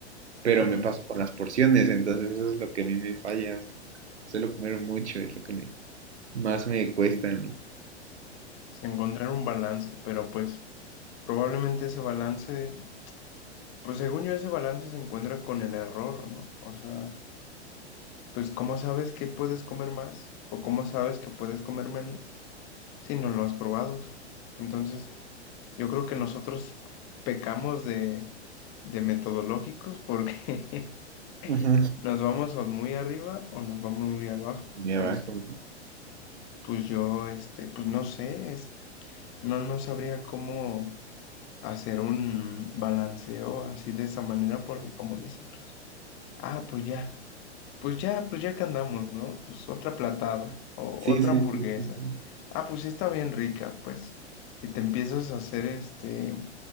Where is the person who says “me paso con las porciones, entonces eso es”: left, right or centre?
Right